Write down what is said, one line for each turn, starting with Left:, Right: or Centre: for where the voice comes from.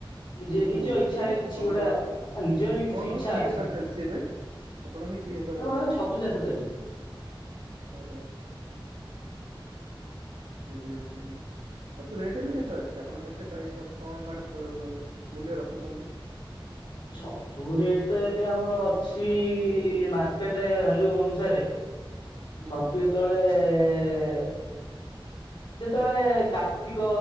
Left: ନିଜେ
Right: ହୁଁ
Left: ନିଜ
Right: ହୁଁ ନିଶ୍ଚିନ୍ତ
Left: ଇଚ୍ଛାରେ କିଛି
Right: ଆପଣଙ୍କର
Left: ଗୋଟା ଆଉ ନିଜର ବି
Right: ଆପଣଙ୍କର
Left: କିଛି ଇଚ୍ଛା
Right: କି
Left: ଅଛି।
Right: ବେପାର ଚାଲିଛି ଏବେ ଆପଣ ଏବେ କି ବେପାର
Left: ଆମର
Right: କରୁଛନ୍ତି
Left: ଛତୁ ଚାଷ ଚାଲିଛି।
Right: ଓହୋ। ବୁଝିଲି ବୁଝିଲି। ଛତୁ ରେଟ ଏବେ କେତେ ଅଛି ଆପଣ କେତେ ପ୍ରାଇସ ର କଁ ମାନେ ମୂଲ୍ୟ ରଖୁଛନ୍ତି। <inaudible>
Left: ଛତୁ ରେଟ ତ ଏବେ ଆମର ଅଛି ମାର୍କେଟ ଭାଲ୍ୟୁ ଅନୁସାରେ।
Right: ହୁଁ
Left: ଛତୁ ଯେତେବେଳେ। ଯେତେବେଳେ କାର୍ତ୍ତିକ